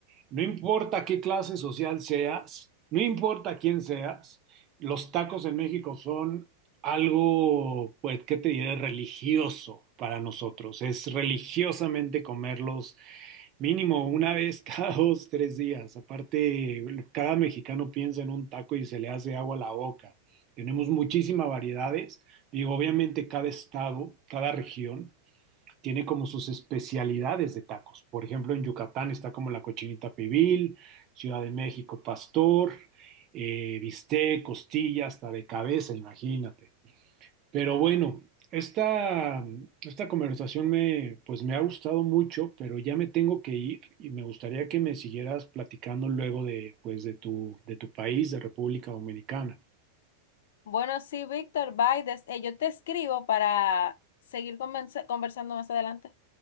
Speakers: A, on the right; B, on the left.
A: No importa qué clase social seas, no importa quién seas, los tacos en México son algo, pues, ¿qué te diré? Religioso para nosotros. Es religiosamente comerlos mínimo una vez <laughs> cada dos, tres días. Aparte, cada mexicano piensa en un taco y se le hace agua a la boca. Tenemos muchísimas variedades. Digo, obviamente cada estado, cada región tiene como sus especialidades de tacos. Por ejemplo, en Yucatán está como la cochinita pibil, Ciudad de México pastor, eh, bistec, costilla, hasta de cabeza, imagínate. Pero bueno, esta, esta conversación me, pues me ha gustado mucho, pero ya me tengo que ir y me gustaría que me siguieras platicando luego de, pues, de tu, de tu país, de República Dominicana.
B: Bueno, sí, Víctor, bye. Des- eh, yo te escribo para seguir convense- conversando más adelante.